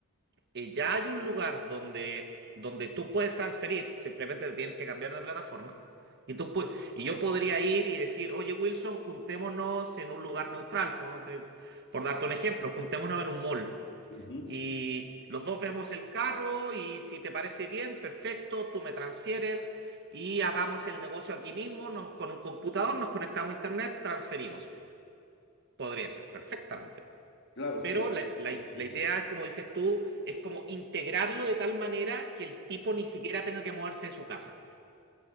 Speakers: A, on the right; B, on the left.
A: eh, ya hay un lugar donde, donde tú puedes transferir, simplemente te tienes que cambiar de plataforma. Y, tú pu- y yo podría ir y decir, oye Wilson, juntémonos en un lugar neutral. Ponte- por darte un ejemplo, juntémonos en un mall.
B: ujú.
A: Y los dos vemos el carro y si te parece bien, perfecto, tú me transfieres y hagamos el negocio aquí mismo, nos- con un computador, nos conectamos a internet, transferimos. Podría ser perfectamente.
B: Claro,
A: Pero
B: sería
A: la, la-
B: sencillo.
A: la idea es, como dices tú, es como integrarlo de tal manera que el tipo ni siquiera tenga que moverse de su casa.